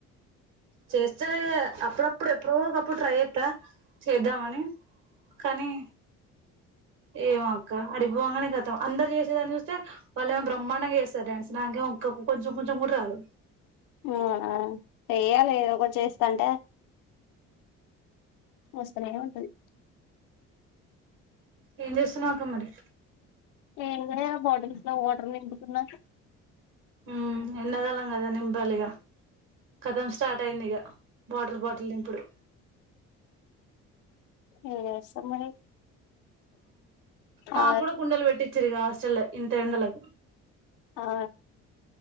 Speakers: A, on the right; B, on the left.
A: చేస్తేనే అప్పుడప్పుడు ఎప్పుడో ఒక ఒకప్పుడు ట్రై చేస్తా చేద్దామని కానీ ఏమో అక్క అడిగిపోవంగానే గతం అందరు చేసేదాని చూస్తే వాళ్ళుమో బ్రహ్మాండంగా చేస్తారు డ్యాన్స్ నాకేమో ఇంకా కొంచెం కొంచెం కూడా రాదు
B: అవునా చేయ్యాలి ఏదో ఒకటి చేస్తాంటే వస్తది వస్తానే ఉంటది
A: ఏం చేస్తున్నావు అక్క మరి
B: ఏం లేదు బాటిల్స్ లో వాటర్ నింపుతుంన
A: హమ్ ఎండకాలం కదా నింపాలు ఇగ కథం స్టార్ట్ అయింది ఇక వాటర్ బాటిల్ ఇప్పుడు
B: ఏం చేస్తాం మరి
A: మాకు
B: ఆ
A: కూడా కుండలు పెట్టించారు ఇగ చలి లే ఇంత ఎండలకు
B: ఆ